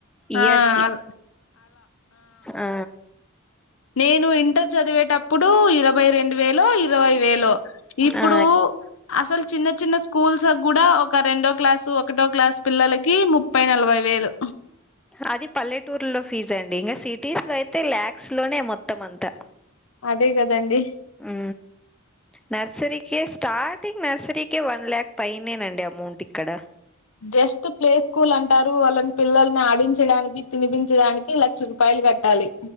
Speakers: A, in the centre; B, on the left.
A: ఇయర్కి
B: ఆ అల్
A: ఆ
B: నేను ఇంటర్ చదివేటప్పుడు ఇరవై రెండు వేలో ఇరవై వేలో ఇప్పుడు
A: ఆ
B: అసలు చిన్న చిన్న స్కూల్స్లో కూడా ఒక రెండో క్లాసు ఒకటో క్లాస్ పిల్లలకి ముప్పై నలభై వేలు
A: అది పల్లెటూర్ లో ఫీజ్ అండి. ఇంకా సిటీస్ లో అయితే ల్యాక్స్ లోనే మొత్తం అంతా.
B: అదే కదండి.
A: ఉ నర్సరీకే స్టార్టింగ్, నర్సరీకే వన్ ల్యాక్ పైనేనండి అమౌంట్ ఇక్కడ.
B: జస్ట్ ప్లే స్కూల్ అంటారు వాళ్ళని పిల్లల్ని ఆడించడానికి, పినిపించడానికి లక్ష రూపాయలు కట్ట ట్టాలి